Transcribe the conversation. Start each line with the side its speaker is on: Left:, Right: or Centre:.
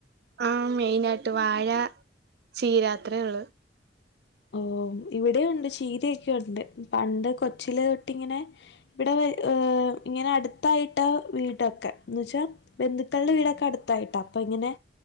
Right: ആഹ് മെയിനായിട്ട് വാഴ ചീരാ അത്രേ ഉള്ള്.
Left: ഓഹ് ഇവിടെ ഉണ്ട് ചീരയൊക്കെ ഉണ്ട് പണ്ട് കൊച്ചിലെ തൊട്ട് ഇങ്ങനെ ഇവിടെ ഏഹ് ഇങ്ങനെ അടുത്തായിട്ടാ വീടൊക്കെ എന്ന്ച്ച ബന്ധുക്കളുടെ വീടൊക്കെ അടുത്തായിട്ടാ അപ്പൊ ഇങ്ങനെ